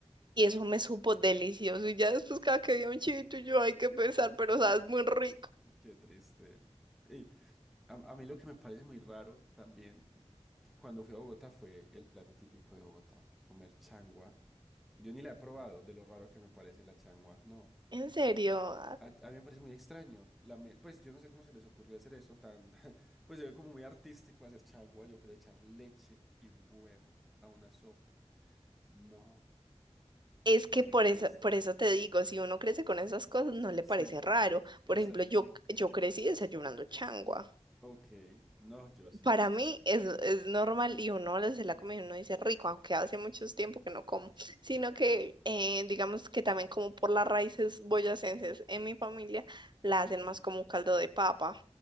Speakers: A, on the right; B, in the centre.
A: Y eso me supo
B: Ok.
A: delicioso, y ya después cada que había un chivito, yo, ay, qué pesar,
B: no,
A: pero sabes, muy rico.
B: qué triste. Y a, a mí lo que me parece muy raro también, que cuando fui a Bogotá fue el plato típico de Bogotá, comer changua. Yo ni la he probado, de lo raro que me parece la changua, no.
A: En serio.
B: A, a mí me parece muy extraño. La me- pues yo no sé cómo se les ocurrió hacer eso tan... <laughs> Pues se ve como muy artístico hacer changua, yo creo echar leche y un huevo a una sopa. No,
A: Es que
B: para mí
A: por
B: eso es
A: eso,
B: muy extraño.
A: por eso te digo, si uno crece con esas cosas, no le
B: Sí,
A: parece raro.
B: exacto.
A: Por ejemplo, yo, yo crecí desayunando changua.
B: Ok, no, yo sí
A: Para
B: veo la
A: mí
B: changua.
A: es, es normal y uno le se la come y uno dice rico, aunque hace mucho tiempo que no como.
B: Ujú.
A: Sino que, eh, digamos que también como por las raíces boyacenses en mi familia, la hacen
B: Ok.
A: más como un caldo de papa.